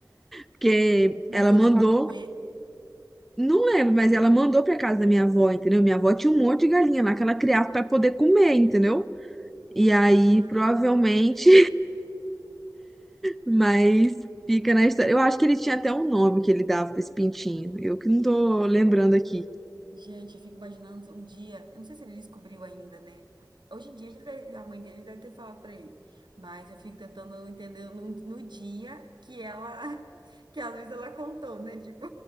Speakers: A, in the centre; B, on the right.
A: Porque
B: Mas
A: ela
B: ele
A: mandou,
B: chegou a comer?
A: não lembro, mas ela mandou pra casa da minha avó, entendeu? Minha avó tinha um monte de galinha lá que ela criava pra poder comer, entendeu? E aí,
B: Ai,
A: provavelmente.
B: Deus.
A: Mas fica na história. Eu acho que ele tinha até um nome que ele dava pra esse pintinho. Eu que não tô lembrando aqui.
B: Gente, eu fico imaginando um dia. Eu não sei se ele descobriu ainda, né? Hoje em dia já deve- a mãe dele deve ter falado pra ele. Mas eu fico tentando entender no, no dia que ela. <laughs> Que às vezes ela contou, né? Tipo,